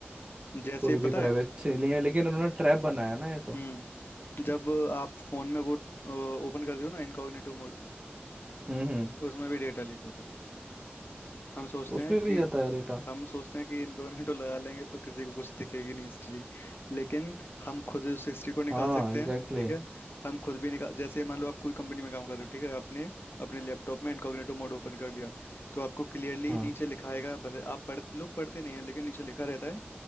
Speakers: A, on the left; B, on the right.
A: जैसे
B: कोई भी
A: पता
B: प्राइवेसी
A: है
B: नहीं है लेकिन उन्होंने ट्रैप बनाया ना ये तो
A: हम्म जब आप फोन में वो ओपन करते हो ना इनकॉग्निटो मोड
B: हम्म हम्म
A: उसमें भी डेटा लीक होता है हम सोचते
B: उसमें
A: हैं कि
B: भी जाता है डेटा
A: हम सोचते हैं कि इनकॉग्निटो लगा लेंगे तो किसी को कुछ दिखेगी नहीं हिस्ट्री लेकिन हम खुद उस हिस्ट्री को निकाल
B: हाँ
A: सकते
B: एग्जैक्टली
A: हैं ठीक
B: exactly,
A: है हम खुद भी निकाल जैसे मान लो आप कोई कंपनी में काम कर रहे हो ठीक है आपने अपने लैपटॉप में इनकॉग्निटो मोड ओपन कर लिया तो आपको क्लियरली
B: हाँ
A: नीचे लिखाएगा भले आप पढ़ते लोग पढ़ते नहीं है लेकिन नीचे लिखा रहता है